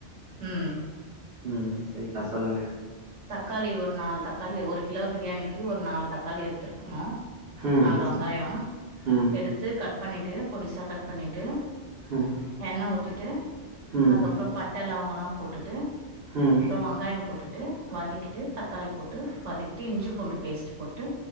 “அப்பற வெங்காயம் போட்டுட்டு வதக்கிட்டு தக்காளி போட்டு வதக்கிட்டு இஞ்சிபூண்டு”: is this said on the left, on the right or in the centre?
Right